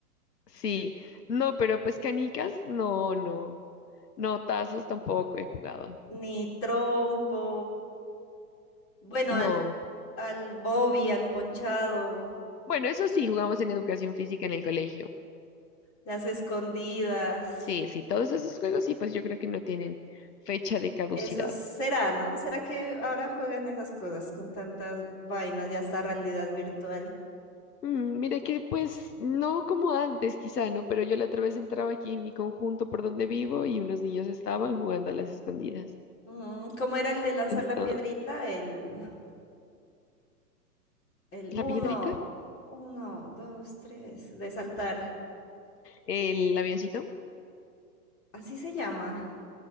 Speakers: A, on the left; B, on the left.
A: Sí, no, pero pues canicas, no, no. No, tazos tampoco he jugado.
B: ni trompo, bueno,
A: No.
B: al, al Bobby, al ponchado,
A: Bueno, eso sí, jugamos en educación física en el colegio.
B: las escondidas,
A: Sí, sí, todos esos juegos sí, pues yo creo que no tienen fecha de caducidad.
B: eso será, ¿no? ¿Será que ahora juegan esas cosas con tantas vainas, ya está realidad virtual?
A: Mm, mira que pues no como antes quizá, ¿no? Pero yo la otra vez entraba aquí en mi conjunto por donde vivo y unos niños estaban jugando a las escondidas.
B: Mm, ¿Cómo era el de lanzar
A: Entonces,
B: la piedrita? El, el
A: la
B: uno,
A: piedrita,
B: uno, dos, tres, de saltar,
A: el avioncito
B: así se llama.